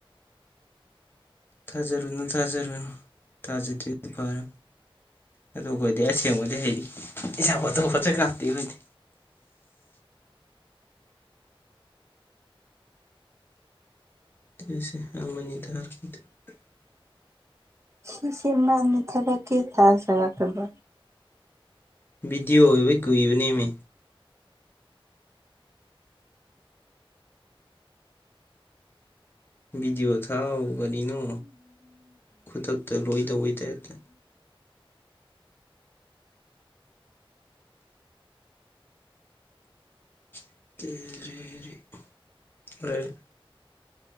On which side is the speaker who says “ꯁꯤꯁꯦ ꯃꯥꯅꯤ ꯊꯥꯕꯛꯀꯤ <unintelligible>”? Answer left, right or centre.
Right